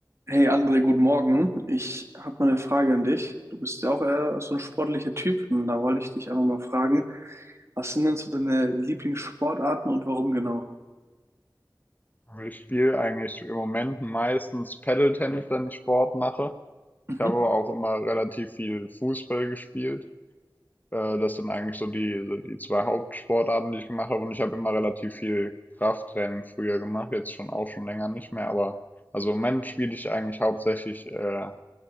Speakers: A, on the right; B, on the left.
A: Hey André, guten Morgen. Ich habe mal eine Frage an dich. Du bist ja auch eher so ein sportlicher Typ und da wollte ich dich einfach mal fragen, was sind denn so deine Lieblingssportarten und warum genau?
B: Also, Ich spiele eigentlich im Moment meistens Paddle-Tennis, wenn ich Sport mache.
A: Mhm.
B: Ich habe aber auch immer relativ viel Fußball gespielt. Äh, das sind eigentlich so die, so die zwei Hauptsportarten, die ich gemacht habe. Und ich habe immer relativ viel Krafttraining früher gemacht, jetzt schon auch schon länger nicht mehr. Aber also im Moment spiele ich eigentlich hauptsächlich äh,